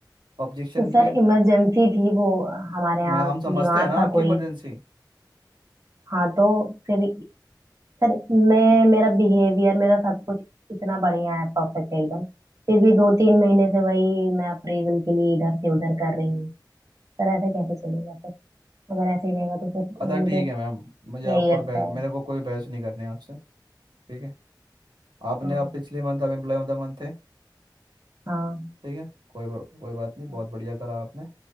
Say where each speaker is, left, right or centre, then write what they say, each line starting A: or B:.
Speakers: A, on the right; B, on the right.
A: ऑब्जेक्शन
B: तो सर
A: किया
B: इमरजेंसी थी वो हमारे
A: मैं
B: यहाँ
A: हम
B: बीमार
A: समझते हैं ना
B: था
A: आपकी
B: कोई
A: इमरजेंसी
B: हाँ तो फिर सर मैं मेरा बिहेवियर मेरा सब कुछ इतना बढ़िया है परफेक्ट है एकदम फिर भी दो तीन महीने से वही मैं अप्रेजल के लिए इधर से उधर कर रही हूँ सर ऐसा कैसे चलेगा फिर अगर ऐसे ही रहेगा तो फिर
A: अदा
B: मुझे
A: ठीक है मैम
B: यही
A: मुझे आपको
B: लगता
A: और बहस
B: है
A: मेरे को कोई बहस नहीं करनी है आपसे ठीक है आपने
B: हाँ
A: आप पिछले मंथ आप एम्प्लॉय ऑफ द मंथ थे
B: हाँ
A: ठीक है कोई बा, कोई बात नहीं बहुत
B: हाँ।
A: बढ़िया करा आपने